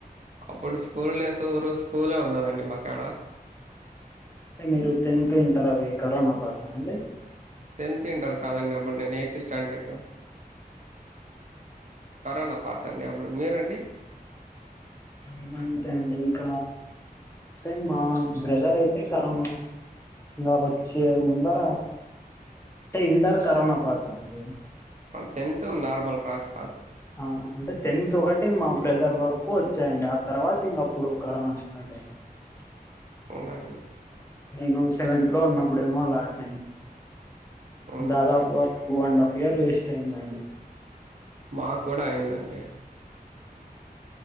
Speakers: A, on the right (about 50°); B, on the left (about 15°).
A: అప్పుడు స్కూల్ డేస్ ఊ రజ స్కూలే ఉండదండి మాకు ఎడా
B: అంటే మీరు టెన్త్ ఇంటర్ అవ కరోనా పాస అండి
A: టెన్త్ ఇంటర్ కాదండి అబ్బడు నేను ఎయిత్ స్టాండర్డ్ కరోనా పాస్ అండి అప్పుడు మీరండి
B: ఏమంతే అండి ఇక అే మా బ్రదర్ అయితే కరోనా ఇంకా వచ్చే ముందర అంటే ఇంటర్ కరోనా పాస్ అండి
A: టెన్త్ నార్మల్ రాస్
B: ఆ అంటే టెన్త్ ఒకటి మా బ్రదర్ వరకు ఎక్కువ వచ్చాయండి ఆ తర్వాత ఇంక అప్పుడు కరోనా స్టార్ట్ అయిందండి
A: అవునా అండి
B: నేను సెవెంతత్్ లో ఉన్నప్పుడేమో అలా అండి
A: అవునా
B: దాదాపు
A: అండి
B: two and half Phir waste అయింద
A: మాకు కూడా అయిందండి